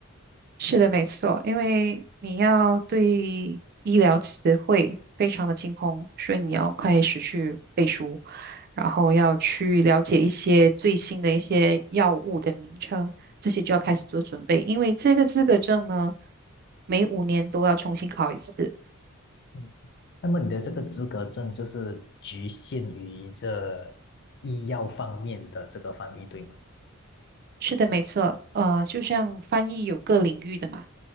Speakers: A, on the right; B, on the left.
A: 是的，没错，因为你要对医疗词汇非常的精通，所以你要开始去背书，然后要去了解一些最新的一些药物的名称，这些就要开始做准备，因为这个资格证呢，每五年都要重新考一次。
B: 嗯，那么你的这个资格证就是局限于这医药方面的这个翻译，对吗？
A: 是的，没错，呃，就像翻译有各领域的嘛。